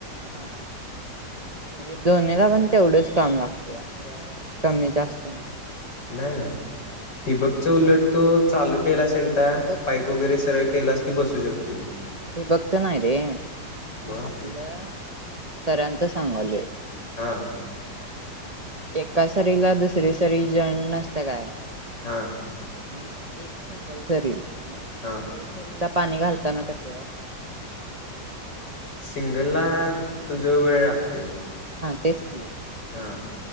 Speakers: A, on the right (about 35°); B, on the left (about 80°).
A: हा. म्हणजे दोन्हीला पण तेवढंच काम लागते अस का कमी जास्त नाही
B: नाही नाही टिबकच उलट तो चालू केलास एकदा
A: ठिबक
B: पाईप वगैरे सगळे केलास की बसू शकतो
A: हे भघतना आहेे
B: मग
A: आपल्या सरांच सांगलय
B: हा
A: एका सरीला दुसरी सरी जॉईंन नसते काय
B: हा
A: आणि एक सिंगल सरी म
B: हा
A: सिंगल सरी ला पाणी घालताना कस
B: सिंगल ला तुझ वेळ लागते
A: तेस क
B: हा,